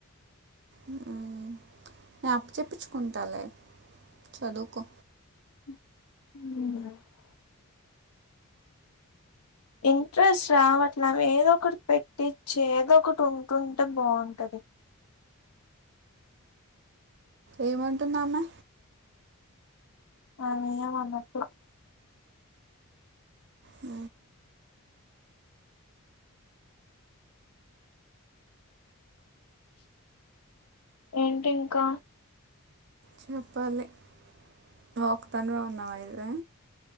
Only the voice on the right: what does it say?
ఊ నేను అప్ప చెప్పించుకుంటలే చదువుకో
ఏమంటుందమే
ఆ
చెప్పాలి నువ్ ఒక్కదానివే ఉన్నవా అయితే